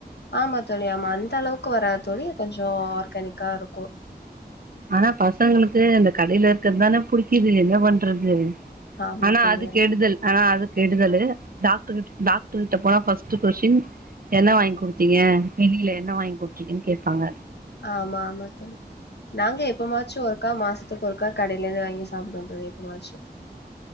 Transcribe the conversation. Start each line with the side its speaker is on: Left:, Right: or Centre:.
Left: ஆமா தோழி ஆமா அந்த அளவுக்கு வராது தோழி கொஞ்சம் ஆர்கானிக்கா இருக்கும்
Right: ஆனா பசங்களுக்கு அந்த கடையில இருக்கிறதுதானே புடிக்குது என்ன பண்றது
Left: ஆமா
Right: ஆனா
Left: தோழி
Right: அது கெடுதல் ஆனா அது கெடுதலு டாக்டர் டாக்டர் கிட்ட போனா ஃபர்ஸ்ட்டு கொஸ்டின் என்ன வாங்கி குடுத்தீங்க வெளியில என்ன வாங்கி குடுத்தீங்கன்னு கேட்பாங்க
Left: ஆமா ஆமா தோழி நாங்க எப்பமாச்சும் ஒருக்கா மாசத்துக்கு ஒருக்கா கடையில இருந்து வாங்கி சாப்பிடுவோம் தோழி எப்பமாச்சும்